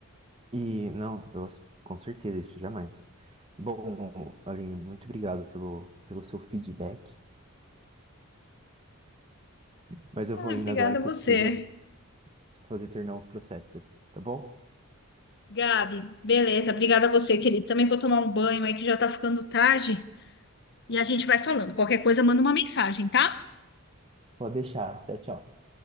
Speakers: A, on the right; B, on the left.
A: E não, eu ass- com certeza isso jamais. Bom, Aline, muito obrigado pelo, pelo seu feedback. <laughs> Mas eu
B: Ah,
A: vou indo
B: obrigada
A: agora
B: a
A: que
B: você.
A: eu preciso, preciso fazer terminar uns processos aqui, tá bom?
B: Gabi, beleza, obrigada a você, querido. Também vou tomar um banho aí que já tá ficando tarde e a gente vai falando. Qualquer coisa, manda uma mensagem, tá?
A: Pode deixar. Tchau, tchau.